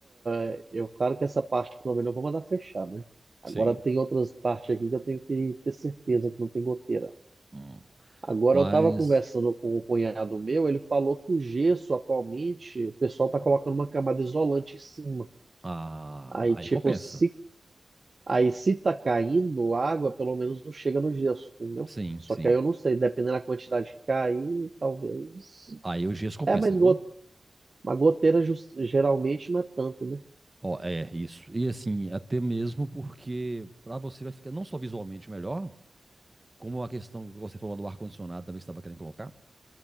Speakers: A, on the right; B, on the right.
A: eh, eu claro que essa parte pelo menos eu vou mandar fechar, né? Agora
B: sim.
A: tem outras partes aqui que eu tenho que ter certeza que não tem goteira.
B: hum.
A: Agora
B: Mas,
A: eu estava conversando com o cunhado meu, ele falou que o gesso atualmente, o pessoal está colocando uma camada isolante em cima.
B: ah,
A: Aí,
B: aí
A: tipo,
B: compensa.
A: se Aí se tá caindo água, pelo menos não chega no gesso, entendeu?
B: Sim,
A: Só
B: sim.
A: que aí eu não sei, dependendo da quantidade que cair, talvez.
B: Aí o gesso compensa,
A: É, mas
B: viu?
A: go- uma goteira jus- geralmente não é tanto, né?
B: Ó, é isso. E assim, até mesmo porque para você vai ficar não só visualmente melhor, como a questão que você falou do ar-condicionado também que você estava querendo colocar,